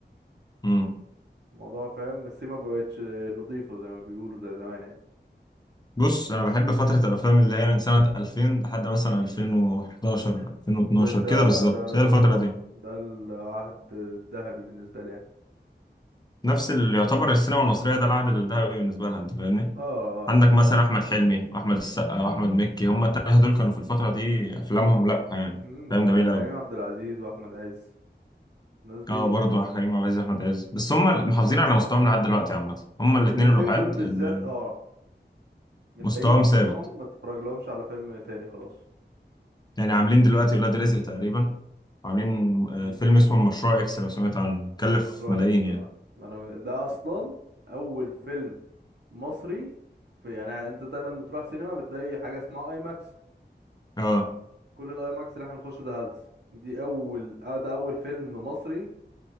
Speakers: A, on the left; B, on the right.
A: امم
B: الموضوع فاهم السيما ما بقتش نظيفه زي ما بيقولوا زي زمان يعني
A: بص انا بحب فتره الافلام اللي هي من سنه 2000 لحد مثلا 2011 2012
B: ده
A: كده بالظبط
B: ده
A: هي
B: ده
A: الفتره
B: طبعا
A: دي
B: ده العهد الذهبي بالنسبه لي يعني
A: نفس اللي يعتبر السينما المصريه ده العهد الذهبي بالنسبه لها انت فاهمني
B: اه اه
A: عندك مثلا احمد حلمي واحمد السقا واحمد مكي هم الثلاثه دول كانوا في الفتره دي افلامهم لا يعني
B: امم
A: افلام
B: لا
A: جميله
B: كريم
A: قوي
B: عبد العزيز واحمد عز الناس دي
A: اه برضه كريم عبد العزيز احمد عز بس هم محافظين على مستواهم لحد دلوقتي عامه هم الاثنين
B: الاتنين
A: الوحيد
B: دول بالذات
A: اللي
B: اه الباقيين
A: مستواهم
B: كلهم
A: ثابت
B: ما تتفرج لهمش على فيلم تاني خلاص
A: يعني عاملين دلوقتي ولاد رزق تقريبا عاملين آه،
B: مم.
A: فيلم اسمه المشروع اكس لو سمعت عنه كلف
B: مشروع
A: ملايين
B: اكس
A: يعني
B: آه. ما انا م- ده اصلا اول فيلم مصري في يعني انت دايما بتروح سينما بتلاقي حاجه اسمها اي ماكس
A: اه
B: كل الاي ماكس اللي احنا بنخش ده هلس دي اول اه ده اول فيلم مصري